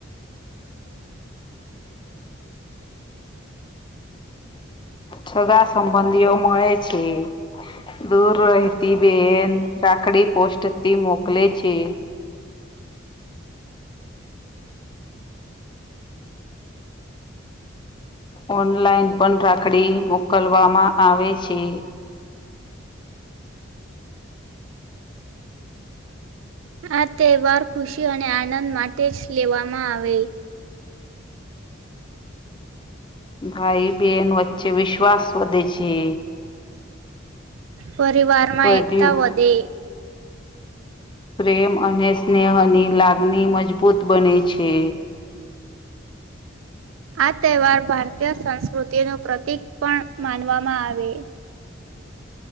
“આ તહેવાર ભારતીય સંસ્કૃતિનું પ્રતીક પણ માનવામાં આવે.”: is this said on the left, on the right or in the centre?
Right